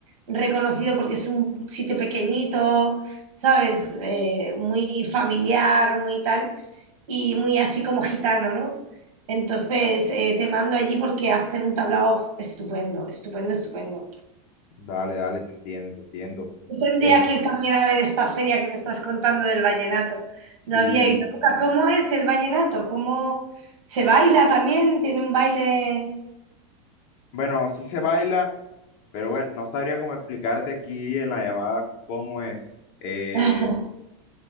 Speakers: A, on the right (about 80°); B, on the left (about 45°).
A: reconocido porque es un sitio pequeñito, ¿sabes? Eh, muy familiar, muy tal y muy así como gitano, ¿no? Entonces eh, te mando allí porque hacen un tablao estupendo, estupendo, estupendo.
B: dale, dale, te entiendo, te entiendo.
A: Yo tendría
B: Es,
A: que ir también a ver esta feria que me estás contando del vallenato.
B: sí,
A: No había ido nunca. ¿Cómo es el vallenato? ¿Cómo se baila también? ¿Tiene un baile?
B: bueno, sí se baila, pero bueno, no sabría cómo explicarte aquí en la llamada cómo es. Eh,
A: <laughs>